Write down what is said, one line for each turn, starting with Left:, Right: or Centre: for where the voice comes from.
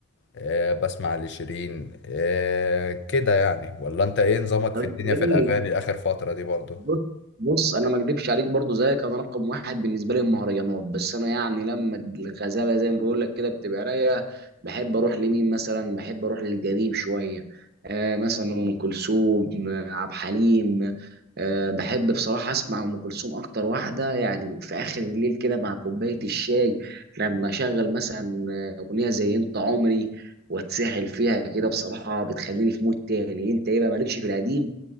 Left: آه، بسمع لشيرين آه، كده يعني ولا انت ايه نظامك
Right: طب
Left: في
Right: انت
Left: الدنيا
Right: ايه
Left: في الاغاني اخر فترة دي برضو
Right: بص بص انا ما اكدبش عليك برضو زيك انا رقم واحد بالنسبه لي المهرجانات بس انا يعني لما الغزاله زي ما بقول لك كده بتبقى رايقه بحب اروح لمين مثلا بحب اروح للقديم شويه آه مثلا ام كلثوم آه، عبد الحليم آه بحب بصراحه اسمع ام كلثوم اكتر واحده يعني في اخر الليل كده مع كوبايه الشاي لما اشغل مثلا آه، اغنيه زي انت عمري واتسحل فيها كده بصراحه بتخليني في مود تاني انت ايه بقى مالكش في القديم